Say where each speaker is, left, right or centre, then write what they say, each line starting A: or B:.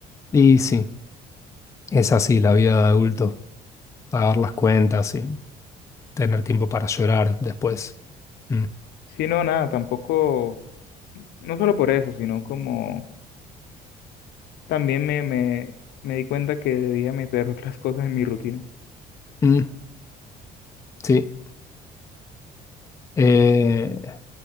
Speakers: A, on the left; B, on the left.
A: Y sí, es así la vida de adulto. Pagar las cuentas y tener tiempo para llorar después. Mm,
B: Sí, no, nada, tampoco, no solo por eso, sino como también me, me, me di cuenta que debía meter <laughs> otras cosas en mi rutina.
A: mm, sí. Eh,